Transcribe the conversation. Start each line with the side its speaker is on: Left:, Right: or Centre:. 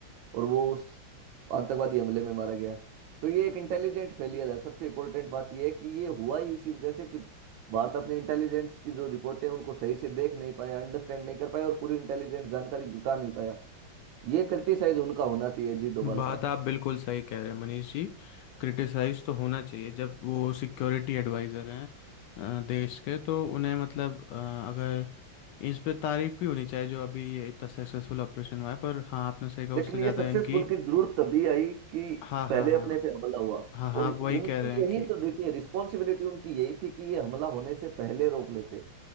Right: और वो उस आतंकवादी हमले में मारा गया तो ये एक इंटेलिजेंट फेलियर है सबसे इंपॉर्टेंट बात ये है कि ये हुआ ही इसी वजह से कि भारत अपने इंटेलिजेंस की जो रिपोर्टें हैं, उनको सही से देख नहीं पाया अंडरस्टैंड नहीं कर पाया और पूरी इंटेलिजेंट जानकारी जुटा नहीं पाया ये क्रिटिसाइज उनका होना चाहिए जी डोभाल
Left: बात
Right: का
Left: आप बिल्कुल सही कह रहे हैं मनीष जी क्रिटिसाइज तो होना चाहिए जब वो सिक्योरिटी एडवाइज़र हैं अ, देश के तो उन्हें मतलब अ, अगर इस पे तारीफ भी होनी चाहिए जो अभी ये इतना सक्सेसफुल ऑपरेशन हुआ है पर हाँ आपने सही कहा
Right: लेकिन
Left: उससे ज़्यादा
Right: ये सक्सेसफुल
Left: इनकी
Right: की जरूरत तभी आई कि
Left: हाँ
Right: पहले
Left: हाँ हाँ
Right: अपने पे हमला हुआ
Left: हाँ हाँ
Right: और
Left: आप
Right: उनकी
Left: वही कह रहे हैं
Right: यही
Left: कि
Right: तो ड्यूटी है रिस्पॉन्सिबिलिटी उनकी यही थी कि ये हमला होने से पहले रोक लेते